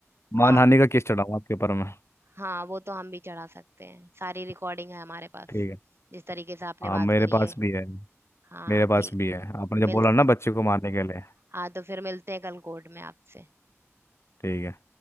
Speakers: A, on the left; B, on the right.
A: मानहानि
B: आप
A: का केस चढ़ाऊंगा आपके ऊपर मैं
B: हाँ वो तो हम भी चढ़ा सकते हैं सारी रिकॉर्डिंग है हमारे पास
A: ठीक है
B: जिस तरीके से आपने
A: हाँ
B: बात
A: मेरे
B: करी
A: पास
B: है
A: भी है
B: हाँ
A: मेरे पास
B: ठीक
A: भी
B: है
A: है आपने जब
B: मिल
A: बोला ना बच्चे को मारने के लिए
B: हाँ तो फिर मिलते हैं कल कोर्ट में आपसे
A: ठीक है